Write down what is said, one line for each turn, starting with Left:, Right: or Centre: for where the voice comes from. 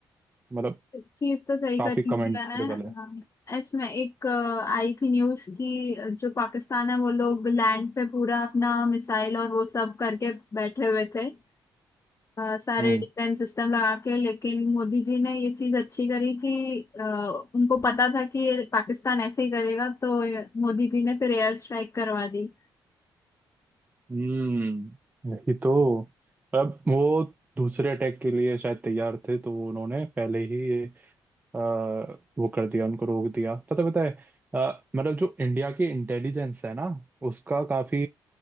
Right: मतलब
Left: चीज तो सही
Right: काफी
Left: करी इंडिया
Right: कमेंडेबल
Left: ने हाँ,
Right: है
Left: इसमें एक अ, आई थी न्यूज की जो पाकिस्तान है वो लोग लैंड पे पूरा अपना मिसाइल और वो सब करके बैठे हुए थे अ, सारे
Right: हम्म।
Left: डिफेंस सिस्टम लगा के लेकिन मोदी जी ने ये चीज अच्छी करी कि अ, उनको पता था कि ये पाकिस्तान ऐसे ही करेगा तो ये- मोदी जी ने फिर एयर स्ट्राइक करवा दी
Right: हम्म यही तो अब वो दूसरे अटैक के लिए शायद तैयार थे तो उन्होंने पहले ही ये अ, वो कर दिया उनको रोक दिया पता पता है अ, मतलब जो इंडिया की इंटेलिजेंस है ना उसका काफी